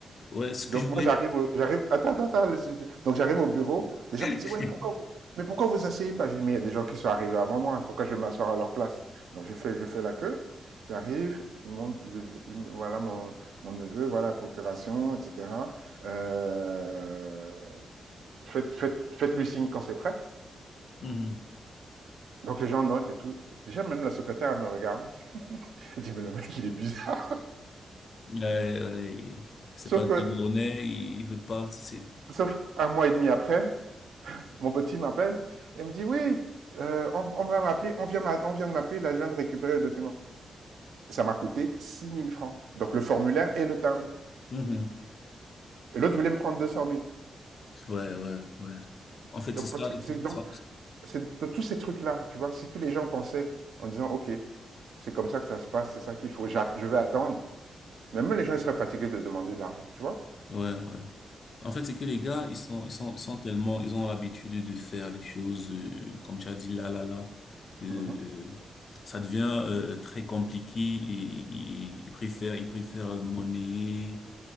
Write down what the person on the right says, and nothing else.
Donc
moi j'arrive, au- j'arrive, attends, attends, attends. laisse- laisse- donc j'arrive au bureau, les
gens me disent, ouais, mais pourquoi vous, mais pourquoi vous asseyez pas? J'ai dit, mais il y a des gens qui sont arrivés avant moi, pourquoi je vais m'asseoir à leur place? Donc je fais, je fais la queue, j'arrive, je monte, je- je- voilà mon, mon neveu, voilà la procuration, etc. Euh, faites, faites, faites-lui signe quand c'est prêt.
Donc les gens notent et tout. Déjà même la secrétaire elle me regarde, elle dit, mais le mec il est bizarre.
Sauf
que,
sauf qu'un mois et demi après, Mon petit m'appelle et me dit oui, euh, on, on va m'appeler, on vient, on vient de m'appeler, là je viens de récupérer le document. Ça m'a coûté six mille francs. Donc le formulaire et le timbre.
Et l'autre voulait me prendre deux cent mille
Donc
parce que
c'est donc
c'est tous ces trucs là, tu vois, si tous les gens pensaient en disant ok, c'est comme ça que ça se passe, c'est ça qu'il faut, j'att- je vais attendre. Même les gens ils seraient fatigués de demander de l'argent, tu vois.
Mhm.